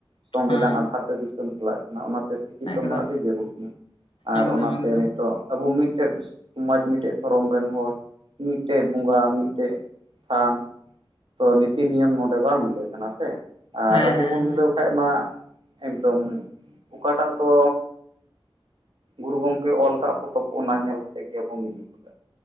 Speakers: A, on the right; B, on the left.
A: ᱥᱚᱝᱵᱤᱫᱷᱟᱱ
B: ᱦᱮᱸ
A: ᱟᱫᱷᱟᱨ ᱼᱼ ᱫᱤᱥᱚᱢ ᱪᱟᱞᱟᱜ ᱠᱟᱱᱟ ᱚᱱᱟᱛᱮᱼᱼ ᱱᱤᱛᱚᱜ
B: ᱮᱠᱫᱚᱢ
A: ᱢᱟ ᱟᱹᱰᱤ ᱡᱟᱹᱨᱩᱲ ᱠᱟᱱᱟ ᱟᱨ
B: ᱮᱠᱫᱚᱢ
A: ᱚᱱᱟᱛᱮ
B: ᱮᱠᱫᱚᱢ
A: ᱱᱤᱛᱚᱜ ᱟᱵᱚ ᱢᱤᱫᱴᱮᱡᱼᱼ ᱥᱚᱢᱟᱡᱽ ᱢᱤᱫᱴᱮᱱ ᱫᱷᱚᱨᱚᱢ ᱨᱮᱱ ᱦᱚᱲ ᱢᱤᱫᱴᱮᱱ ᱵᱚᱸᱜᱟ ᱢᱤᱫᱴᱮᱱ ᱛᱷᱟᱱᱼᱼ ᱛᱚ ᱱᱤᱛᱤ ᱱᱤᱭᱚᱢ ᱱᱚᱰᱮ ᱵᱟᱝ ᱢᱤᱞᱟᱹᱜ ᱠᱟᱱᱟ ᱥᱮ ᱟᱨ
B: ᱦᱮᱸ
A: ᱟᱵᱚ
B: ᱦᱮᱸ
A: ᱵᱚᱱ ᱢᱤᱞᱟᱹᱣᱼᱼ ᱠᱷᱟᱱ ᱢᱟ ᱮᱠᱫᱚᱢ ᱚᱠᱟᱴᱟᱜ ᱛᱚᱼᱼ ᱜᱩᱨᱩ ᱜᱚᱝᱠᱮ ᱚᱞ ᱟᱠᱟᱫ ᱯᱚᱛᱚᱵ ᱚᱱᱟ ᱧᱮᱞ ᱠᱟᱛᱮᱜ ᱜᱮ ᱟᱵᱚ ᱢᱤᱫᱩ ᱞᱟᱜᱟᱜᱼᱟ ᱾